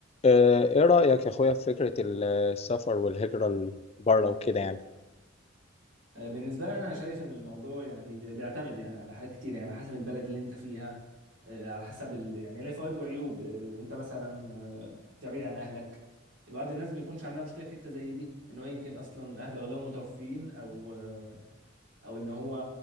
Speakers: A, on the left (about 30°); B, on the right (about 75°).
A: آه، ايه رأيك يا اخويا في فكرة ال- السفر والهجرة لبره وكده يعني
B: آه، بالنسبة لي أنا شايف إن الموضوع يعني بي- بيعتمد يعني على حاجات كتير يعني على حسب البلد اللي أنت فيها آه، على حسب ال... يعني ليه فوائد وعيوب آه، أنت مثلا آه، أنت بعيد عن أهلك بعض الناس بيكونش عندها مشكلة في حتة زي دي إن هو يمكن أصلا أهله أغلبهم متوفيين أو آه، أو إن هو